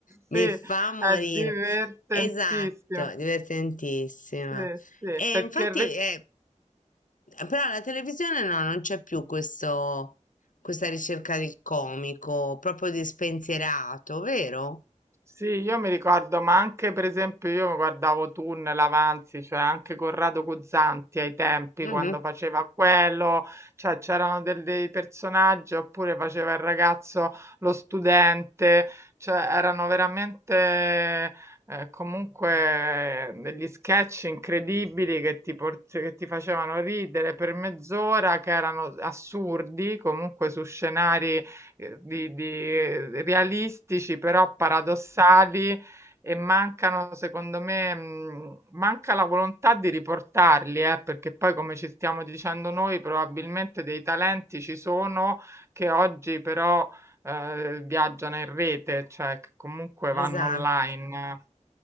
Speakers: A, on the left; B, on the right.
A: Mi
B: sì,
A: fa morire.
B: è divertentissimo.
A: Esatto, divertentissima.
B: Sì, sì,
A: E
B: perché
A: infatti,
B: re-
A: eh, però la televisione no, non c'è più questo, questa ricerca del comico, proprio di spensierato, vero?
B: Sì, io mi ricordo, ma anche per esempio io guardavo Tunnel, Avanzi, cioè anche Corrado Guzzanti ai tempi
A: Mhm.
B: quando faceva quello, cioè c'erano del- dei personaggi oppure faceva il ragazzo, lo studente, cioè erano veramente eh, comunque degli sketch incredibili che ti, port- che ti facevano ridere per mezz'ora, che erano assurdi, comunque su scenari eh, di, di realistici però paradossali e mancano, secondo me, mh, manca la volontà di riportarli, eh, perché poi, come ci stiamo dicendo noi, probabilmente dei talenti ci sono che oggi però eh, viaggiano in rete, cioè che comunque vanno
A: Esatto.
B: online.